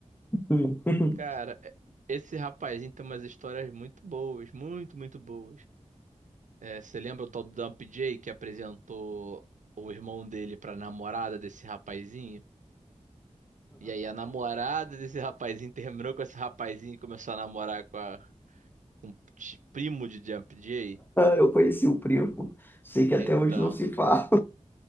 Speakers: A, on the left (about 15°); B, on the right (about 85°).
A: <laughs>
B: Cara, é- esse rapazinho tem umas histórias muito boas, muito, muito boas. É, você lembra o tal do Dump J que apresentou o irmão dele pra namorada desse rapazinho? E aí a namorada desse rapazinho terminou com esse rapazinho e começou a namorar com a com ti- primo de Jump Jay.
A: Eu conheci o primo, sei que até
B: Então,
A: hoje não se fala.